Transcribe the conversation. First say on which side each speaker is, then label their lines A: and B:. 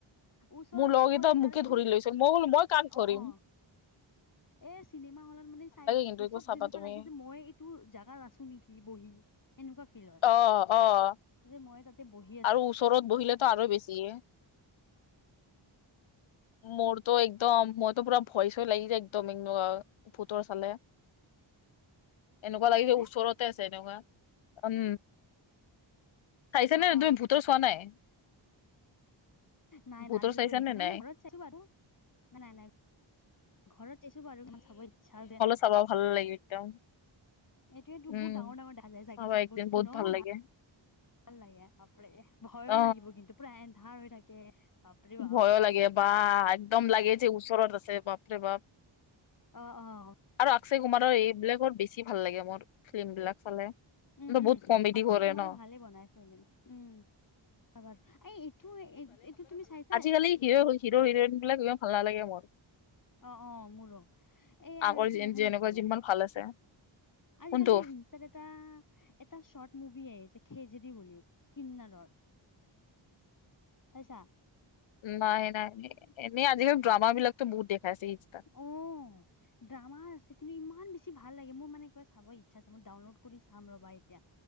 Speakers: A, on the left (about 40°); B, on the left (about 75°).
A: ওচৰটো
B: মোৰ লগৰ কেইটা
A: হৈ আছে
B: মোকে
A: আৰু কিন্তু
B: ধৰি লৈছিল মই বোলো মই কাক ধৰিম
A: অ অ। এ চিনেমা হলত মানে চাই ভাল
B: কিন্তু
A: লাগে,
B: একবাৰ
A: চব
B: চাবা
A: যেনেকুৱা
B: তুমি
A: লাগে যে মই এইটো জোগাত আছো নেকি বহি। এনেকুৱা ফিল হয়।
B: অ, অ,
A: যে মই তাতে বহি আছো
B: আৰু ওচৰত বহিলেতো আৰু বেছি -। দিএ। মোৰতো একদম মোৰতো পুৰা ভয় চয় লাগি যায় একদম আৰু ভূতৰ চালে। <inaudible> এনেকুৱা লাগে
A: হয়
B: যে
A: নে
B: ওচৰতে আছে এনেকুৱা উম। চাইছানে
A: অ অ
B: তুমি ভূটৰ চোৱা নাই,
A: নাই নাই
B: ভূটৰ
A: আজিলৈকে
B: চাইছা
A: দেখা
B: নে নাই?
A: ন ঘৰত চাইছো বাৰু, নাই নাই, ঘৰত চাইছো বাৰু, ইমান চাব ইচ্ছা নাযায়!
B: চাব ভাল নালাগে একদম।
A: এইটোৱে টো
B: উম
A: বহুত ডাঙৰ ডাঙৰ দেখা যায় চাগে
B: চাবা
A: চব
B: একদিন
A: বস্তু
B: বহুত
A: ন
B: ভাল
A: ভা
B: লাগে
A: -। ভাল লাগে বাপৰে ভয়ো
B: অ
A: লাগিব কিন্তু পুৰা এন্ধাৰ হৈ থাকে। বাপৰে বাপ
B: ভয়ো লাগে বা একদম লাগে যে ওচৰত আছে বাপৰে বাপ,
A: অ' অ'
B: আৰু অক্ষয় কুমাৰৰ এইবিলাকৰ বেছি ভাল লাগে মোৰ ফিল্ম বিলাক চালে।
A: উম -উম
B: বহুত কমেডি
A: অক্ষয়
B: কৰে
A: কুমাৰো
B: ন
A: ভালে বনাই ফিল্ম উম। বাৰ এই এইটো এইটো তুমি চাইছা
B: আজি কালি হিৰ হিৰো হিৰইন বিলাক ইমান ভাল নালাগে মোৰ।
A: অ অ মোৰো এই আৰু
B: আগৰ
A: এইটো চাইছা
B: যেনেকুৱা
A: নেকি
B: যিমান ভাল আছে।
A: আজিকালি
B: কোনটো
A: যে ইনষ্টাত এটা এটা চৰ্ট মুভি আহিছে খেজেৰি বুলি কিন্নৰৰ। চাইছা?
B: নাই -নাই ন এনে আজিকালি ড্ৰামা বিলাকটো বহুত দেখাইছে ইনষ্ট্ৰাত।
A: অ', ড্ৰামা আছে কিন্তু ইমান বেছি ভাল লাগে, মোৰ মানে কিবা চাব ইচ্ছা আছে মই ডাউনলোড কৰি চাম ৰবা এতিয়া।